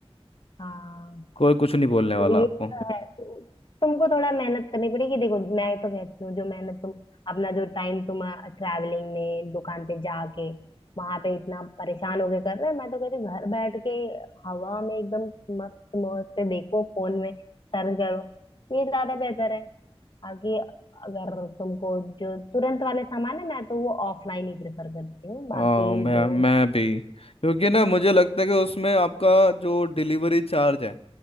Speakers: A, on the left; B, on the left.
A: हाँ
B: कोई कुछ नहीं बोलने
A: तो
B: वाला आपको
A: ये तो है तो तुमको थोड़ा मेहनत करनी पड़ेगी देखो मैं तो कहती हूँ जो मेहनत तुम अपना जो टाइम तुम ट्रैवलिंग में दुकान पे जाके वहां पे इतना परेशान होके कर रहे हैं मैं तो कहती हूँ घर बैठ के हवा में एकदम मस्त मौज से देखो फोन में सर्च करो ये ज्यादा बेहतर है आगे अगर तुमको जो तुरंत वाले सामान है मैं तो वो ऑफलाइन ही प्रेफर करती हूँ बाकी
B: हाँ मैं
A: जो
B: मैं भी क्योंकि ना मुझे लगता है कि उसमें आपका जो डिलीवरी चार्ज है